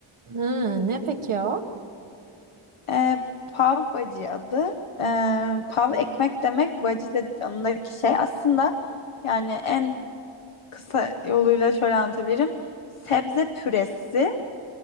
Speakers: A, on the right; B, on the left.
A: Ha, ne peki o?
B: E, pav bacı adı. E, pav ekmek demek, bacı de yanındaki şey. Aslında yani en kısa yoluyla şöyle anlatabilirim. Sebze püresi